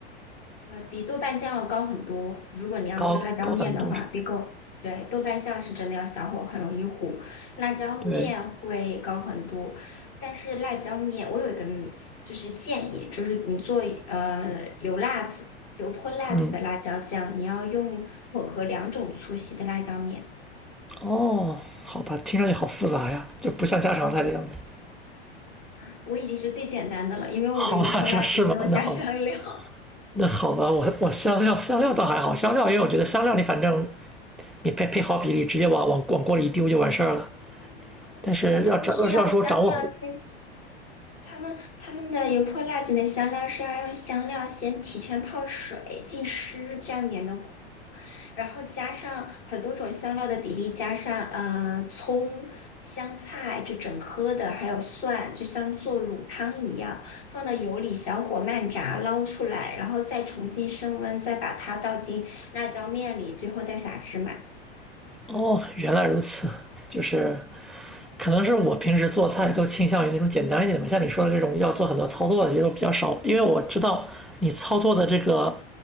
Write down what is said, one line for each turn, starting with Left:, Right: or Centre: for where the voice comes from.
Left: 呃，比豆瓣酱要高很多。如果你要做辣椒面的话，
Centre: 高高很多是。
Left: 别购。对，豆瓣酱是真的要小火，很容易糊。辣椒面会高很多，
Centre: 对，
Left: 但是辣椒面我有一个嗯就是建议，就是你做呃油辣子、油泼辣子的辣椒酱，
Centre: 嗯，
Left: 你要用混合两种粗细的辣椒面。
Centre: 哦，好吧，听上去好复杂呀，就不像家常菜的样子。
Left: 啊，我已经是最简单的了，因为我的油泼辣子没有加香料。
Centre: 好吧，这样是吗？那好，
Left: <laughs>
Centre: 那好吧，我我香料香料倒还好，香料因为我觉得香料你反正你配配好比例，直接往往往锅里一丢就完事儿了。
Left: 不是的，
Centre: 但是要掌要是要说掌握火。
Left: 他们是要香料先他们他们的油泼辣子的香料是要用香料先提前泡水浸湿，这样粘的，然后加上很多种香料的比例，加上呃葱、香菜，就整颗的，还有蒜，就像做卤汤一样，放到油里小火慢炸，捞出来，然后再重新升温，再把它倒进辣椒面里，最后再撒芝麻，
Centre: 哦，原来如此，就是可能是我平时做菜都倾向于那种简单一点的嘛，像你说的这种要做很多操作的，其实都比较少，因为我知道你操作的这个